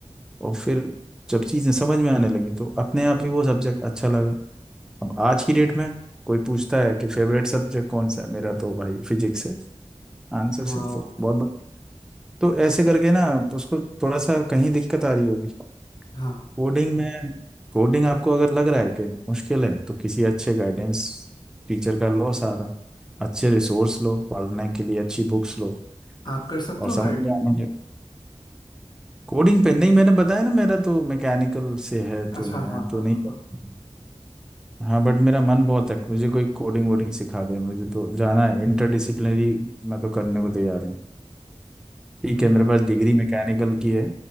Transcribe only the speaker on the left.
वाओ
हाँ
आप कर सकते
हो
गाइड
अच्छा
हाँ
हाँ
हाँ हाँ
हम्म